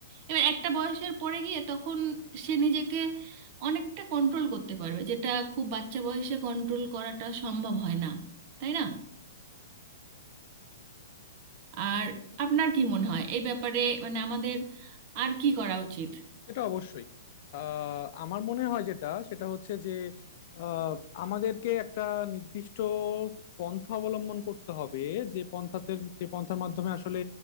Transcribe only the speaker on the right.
এবার একটা বয়সের পরে গিয়ে তখন সে নিজেকে অনেকটা কন্ট্রোল করতে পারবে যেটা খুব বাচ্চা বয়সে কন্ট্রোল করাটা সম্ভব হয় না তাই না আর আপনার কি মনে হয় এই ব্যাপারে মানে আমাদের আর কি করা উচিত